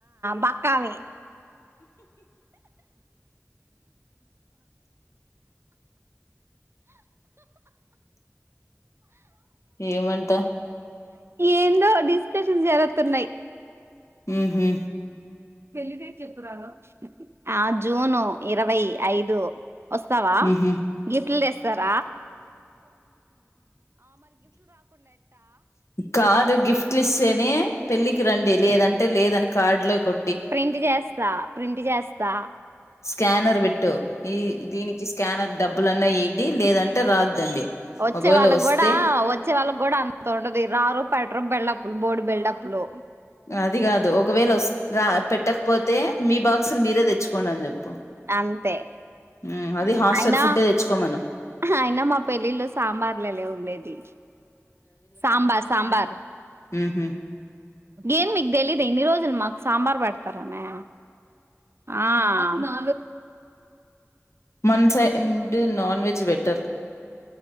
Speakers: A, on the right; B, on the left.
A: బక్కవే
B: ఏమంట
A: ఏందో డిస్కషన్ జరుగతన్నాయి
B: ఉహు
A: పెళ్ళిదే చెతురాలో ఆ జూను ఇరవై ఐదు వస్తావా
B: ఊహూ
A: గిఫ్ట్లుస్ తర
B: కాదు గిఫ్ట్ ఇస్తేనే పెళ్ళికి రండి లేదంటే లేదని కార్డులో కొ
A: ప్రింట్ చేస్తా ప్రింట్ చేస్ దా
B: స్కనర్ పేట్టు ఈ దీనికి స్కానర్ డబ్బులున్నా వడి లేదంటే రాద్దండి
A: వచ్చే
B: ఒకవేళ
A: వాళ్ళకి
B: వస్తే
A: కూడా వచ్చే వాళ్ళకి కూడా అంత ఉండదు రారూ పట బల్ళప్లు బోర్డు బల్డప్లు
B: అది కాదు ఒకవేళ ఓస్ రా పెట్టకపోతే మీ బాక్స్లు మీరే తెచ్చుకో కొన్ అని చెప్పు
A: అంతే
B: హ్మ్ అది హాస్టల్
A: అయినా
B: ఫుడ్డే తెచ్చుకోమను
A: అయినా మా పెళ్ళిళ్ళ సాంబార్లులే ఉండేది సాంబార్ సాంబార్
B: ఉహ
A: ఏన్ మీకు తెలీదు ఇన్ని రోజులు మాకు సాంబార్ పెడతారనీ ఆ న్నా
B: మనస్సైద్ నాన్ వెజ్ బెటర్